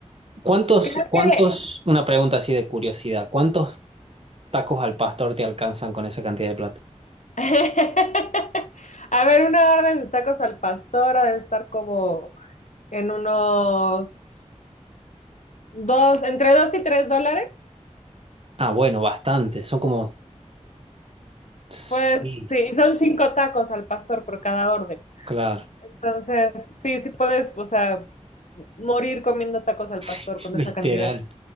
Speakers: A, on the right; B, on the left.
A: ¿Cuántos,
B: Creo
A: cuántos,
B: que...
A: una pregunta así de curiosidad, ¿cuántos tacos al pastor te alcanzan con esa cantidad de plata?
B: <laughs> A ver, una orden de tacos al pastor ha de estar como en unos Dos, entre dos y tres dólares.
A: Ah, bueno, bastante, son como, sí,
B: Pues sí, y son cinco tacos al pastor por cada orden.
A: claro,
B: Entonces, sí, sí puedes, o sea, morir comiendo tacos al pastor
A: <laughs>
B: con
A: literal.
B: esa cantidad.